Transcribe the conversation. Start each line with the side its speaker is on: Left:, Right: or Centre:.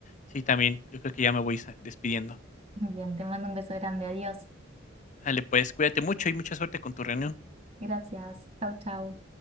Left: sí, también, yo creo que ya me voy sa- despidiendo.
Right: Bien, te mando un beso grande. Adiós.
Left: Sale, pues cuídate mucho y mucha suerte con tu reunión.
Right: Gracias. Chau, chau.